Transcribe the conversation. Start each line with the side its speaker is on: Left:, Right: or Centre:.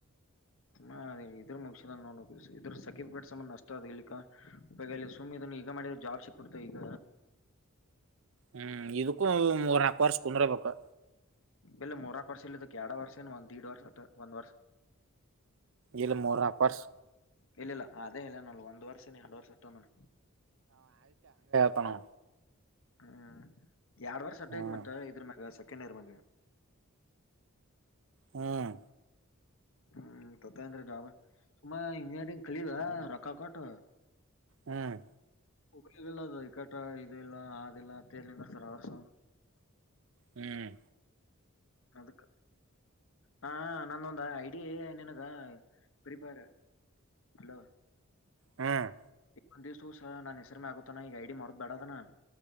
Left: ಹಾ ಅದೇ ಇದ್ರ ಮುಗಿಸಿದಂ ನೋ ಉ ಇದ್ರ ಸರ್ಕಿಫಿಕಟ್ ಸಮನ್ ನಷ್ಟ ಅದ ಇಲ್ಲಿ ಉಪ ಸುಮ್ನೆ ಇದನ್ನು ಈಗ ಮಾಡಿದ ಜಾರ್ ಸಿಕ್ ಕೊಡ್ತ ಈಗ
Right: ಹ್ಮ್ ಇದಕ್ಕೂ ಮೂರ್ ನಾಲ್ಕು ವರ್ಷ ಕುಂದ್ರಬೇಕು
Left: ಬೆಲ್ಲ ಮೂರಾಕ ವರ್ಷ ಇಲ್ಲಿದ್ದಕ್ಕೆ ಎರಡ ವರ್ಷಏನು ಒಂದ್ಡ್ ವರ್ಷ ಅ ಒಂದ್ ವರ್ಷ
Right: ಇಳ ಮೂರು ನ ಪರ್ಸ್
Left: ಇಲ್ಲಿಲ್ಲ ಅದೇ ಇಲ್ಲ ನೋ ಒಂದ ವರ್ಷನ ಎರಡ್ ವರ್ಷ ಇಂದ
Right: ಹ್ಮ್
Left: ಹ್ಮ್ ಎರಡ್ ವರ್ ಸತ್ತ ಐತ್
Right: ಹ್ಮ್
Left: ಮತ್ತ ಇದ್ರ ಮಾಗ ಸ ಕೆನರಮ
Right: ಹ್ಮ್
Left: ಹ್ಮ್ ತತ್ತಂದ್ರ ಜಾಬ ಸುಮಾ ಇಂಜಿನಿಯರಿಂಗ್ ಕಲೀದ ರೊಕ್ಕ ಕೊಟ್
Right: ಹ್ಮ್
Left: ಹಲ್ಲದು ಇಕಟ ಇ ಇಲ್ಲ ಆದಿಲ್ಲ ಅಂತೇ ನಿ ಸರ್ ಅವರ್ಷ ಒ
Right: ಹ್ಮ್
Left: ಅದಕ್ಕೆ ಹಾ ನನ್ನೊಂದ ಐಡಿಯ ನಿನಗ ಪ್ರಿಪೇರ್ ಹಲೋ
Right: ಹ್ಮ್
Left: ಒಂದ ದಿವ್ಸ ಸ ನಾನ್ ಹೆಸರಿಮ ಆಗತಾನ ಈಗ ಐಡಿ ಮಾಡೋದ್ ಬೇಡದನ